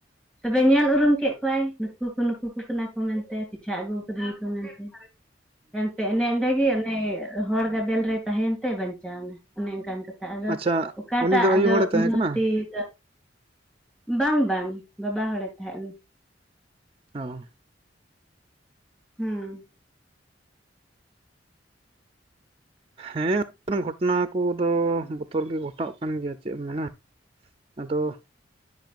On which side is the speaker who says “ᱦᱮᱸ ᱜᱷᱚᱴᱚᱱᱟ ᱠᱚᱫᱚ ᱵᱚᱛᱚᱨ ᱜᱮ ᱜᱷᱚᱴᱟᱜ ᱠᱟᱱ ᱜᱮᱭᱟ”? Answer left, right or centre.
Right